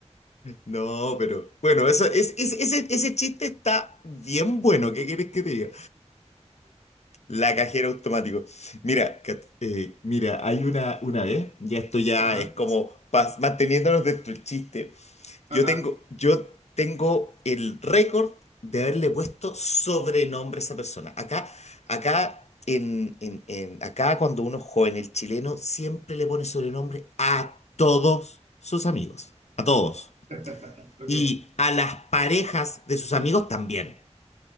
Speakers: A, on the left; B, on the right.
A: No, pero bueno, eso es, es- ese, ese chiste está bien bueno. ¿Qué quieres que te diga? La cajera automático. Mira, que- eh, mira, hay una, una vez, ya esto ya
B: Ajá,
A: es como pas- manteniéndonos dentro del chiste. Yo
B: ajá.
A: tengo, yo tengo el récord de haberle puesto sobrenombre a esa persona. Acá, acá, en, en- en- acá cuando uno es joven, el chileno siempre le pone sobrenombre a todos sus amigos. A todos.
B: <laughs> Ok,
A: Y a las parejas de sus amigos también.